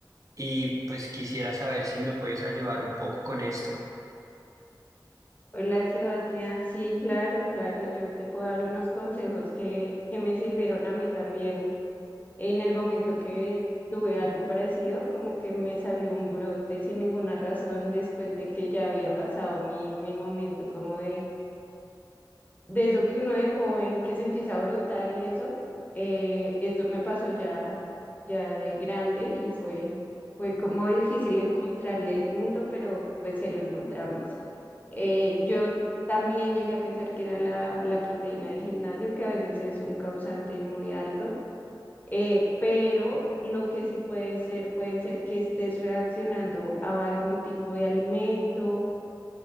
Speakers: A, on the right; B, on the left.
A: y pues quisiera saber si me puedes ayudar un poco con esto.
B: Hola Sebastián, sí, claro, claro, yo te puedo dar unos consejos que, que me sirvieron a mí también en el momento que tuve algo parecido, como que me salió un brote sin ninguna razón después de que ya había pasado mi, mi momento como de eso que uno de joven que se empieza a brotar y eso, eh, esto me pasó ya, ya de grande y fue, fue como difícil encontrarle el punto, pero pues se lo encontramos. Eh, yo también llegué a pensar que era la, la proteína de gimnasio, que a veces es un causante muy alto, eh, pero lo que sí puede ser, puede ser que estés reaccionando a algún tipo de alimento